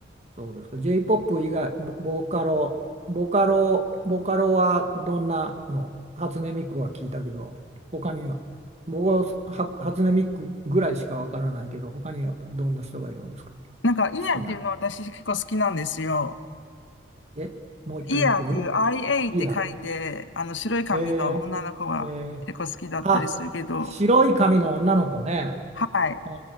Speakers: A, on the right (about 35°); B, on the left (about 75°).
A: そうですか。J-POP 以外、ボボーカロ、ボカロ、ボカロはどんなの初音ミクは聞いたけど、他には、僕はは初音ミクぐらいしかわからないけど、他にはどんな人がいるんですか
B: なんか、イヤーっていうのは私結構好きなんですよ。
A: 好きなの。え、もう一回言ってくれる
B: イヤーっていう IA
A: いや、
B: って書いて、あの、白い髪の女の子が結構好きだったりするけど、
A: えー、えー、あ、白い髪の女の子ね。
B: はい。
A: はあ、